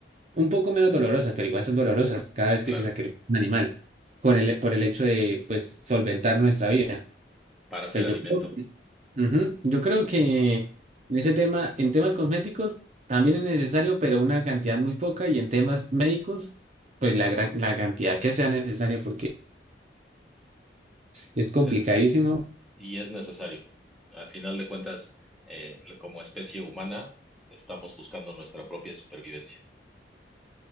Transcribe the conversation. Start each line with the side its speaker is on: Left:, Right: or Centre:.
Right: un poco menos dolorosas, pero igual son dolorosas cada vez
Centre: claro,
Right: que se sacrifica un animal con el, por el hecho de, pues, solventar nuestra vida.
Centre: para hacer
Right: Pero
Centre: alimento.
Right: yo creo Ujú. Yo creo que en ese tema, en temas cosméticos también es necesario, pero una cantidad muy poca, y en temas médicos, pues la gran, la cantidad que sea necesaria, porque es complicadísimo,
Centre: Eh, y es necesario. A final de cuentas, eh, como especie humana, estamos buscando nuestra propia supervivencia.